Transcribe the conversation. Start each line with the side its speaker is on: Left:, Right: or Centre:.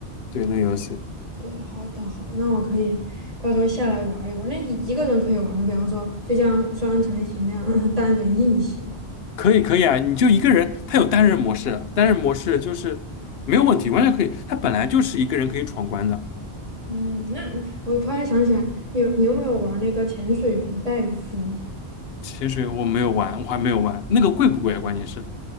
Left: 对，那个游戏。
Right: 对，好的好的，那我可以到时候下来玩一玩那一一个人可以玩吗？比方说，就像双人成行那样 <laughs>，单人硬行。
Left: 可以可以啊，你就一个人，他有单人模式，单人模式就是没有问题，完全可以。他本来就是一个人可以闯关的。
Right: 嗯，那你我突然想起来，你有你有没有玩那个潜水员戴夫？
Left: 潜水我没有玩，我还没有玩，那个贵不贵啊？关键是，